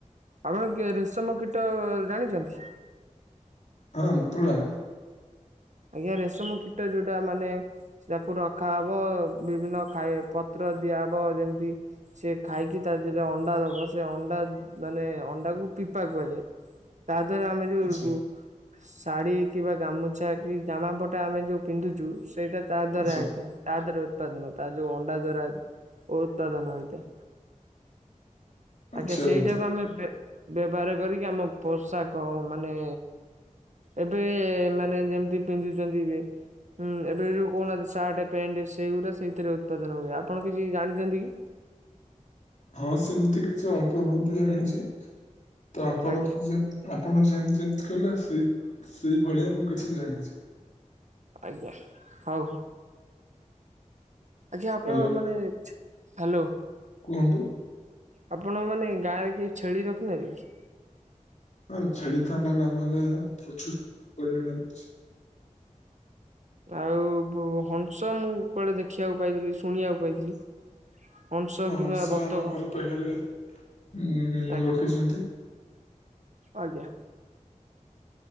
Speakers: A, on the right (about 65°); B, on the left (about 65°).
A: ଆପଣ କେ ରେଶମ କୀଟ ଜାଣିଛନ୍ତି?
B: ହଁ ତୁଳା।
A: ଆଜ୍ଞା ରେଶମ କୀଟ ଯୋଉଟା ମାନେ ତାକୁ ରଖାହବ ବିଭିନ୍ନ ଖାଇ ପତ୍ର ଦିଆହେବ ଯେମିତି ସେ ଖାଇକି ତା ଦେହରେ ଅଣ୍ଡା। ଦବ ସେ ଅଣ୍ଡା ମାନେ ଅଣ୍ଡାକୁ ପିପା କୁହାଯାଏ ତା ଦେହରେ ଆମେ ଯୋଉ
B: ଆଚ୍ଛା
A: ଶାଢୀ କିମ୍ବା ଗାମୁଛା କି ଜାମାପଟା ଆମେ ଯେଉଁ ପିନ୍ଧୁଛୁ ସେଇଟା ତା ଦ୍ୱାରା
B: ଆଚ୍ଛା
A: ହୋଇଥାଏ। ତାଦିହରୁ ଉତ୍ପାଦନ ତାର ଯୋଉ ଅଣ୍ଡା ଦ୍ୱାରା ଉତ୍ପାଦନ ହେଇଥାଏ।
B: ଆଚ୍ଛା
A: ଆଜ୍ଞା ସେଇଟାକୁ
B: ବନ୍ଧୁ
A: ଆମେ ବେ ବ୍ୟବହାର କରିକି ଆମ ପୋଷାକ ମାନେ ଏବେ ମାନେ ଯେମିତି ପିନ୍ଧୁଛନ୍ତି ବି ହୁଁ ଏବେ ଯୋଉ କହୁନାହାନ୍ତି ସାର୍ଟ ପ୍ୟାଣ୍ଟ ସେଗୁାରା ସେଇଥିରେ ଉତ୍ପାଦନ ହୁଏ। ଆପଣ କିଛି ଜାଣିଛନ୍ତି କି?
B: ହଁ ସେମିତି କିଛି ଅଳ୍ପ ବହୁତ୍ ଜାଣିଛି ତ ଆପଣ
A: ଆଜ୍ଞା
B: କିଛି ଆପଣ ଯେମତି ଯେମିତି କହିଲେ ସେଇ ସେଇ ଭଳିଆ ମୁଁ କିଛି ଜାଣିଛି।
A: ଆଜ୍ଞା ହଉ ହଉ। ଆଜ୍ଞା ଆପଣ
B: ହ୍ୟାଲୋ
A: ମାନେ ହାଲୋ।
B: କୁହନ୍ତୁ।
A: ଆପଣ ମାନେ ଗାଁରେ କେହି ଛେଳି ରଖିନାନ୍ତି କି?
B: ହଁ ଛେଳି ତ ଆମ ଗ୍ରାମରେ ପ୍ରଚୁର ପରିମାଣରେ ଅଛି।
A: ଆଉ ବୋ ହଂସ ମୁଁ କୁଆଡେ ଦେଖିବାକୁ ପାଇଥିଲି ଶୁଣିବାକୁ ପାଇଥିଲି। ହଂସ
B: ହଁ
A: କିମ୍ବା
B: ହଂସ
A: ବତକ
B: ଆମ ଘର ପାଖରେ ଉଁ
A: ଆଜ୍ଞା
B: ରଖିଛନ୍ତି।
A: ଆଜ୍ଞା।